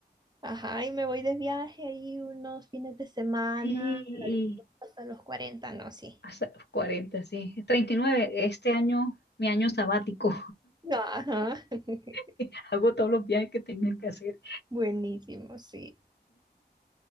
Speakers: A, on the right; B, on the left.
A: Ajá, y me voy de viaje ahí unos fines de semana,
B: Sí, y
A: la disfruto hasta los cuarenta no, sí.
B: hasta los 40 sí. treinta y nueve este año, mi año sabático.
A: Ajá. <laughs>
B: <laughs> Hago todos los viajes que tengo que hacer.
A: Buenísimo, sí.